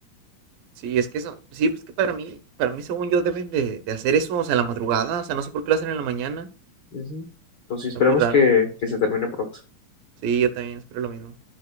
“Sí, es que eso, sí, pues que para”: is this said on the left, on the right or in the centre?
Right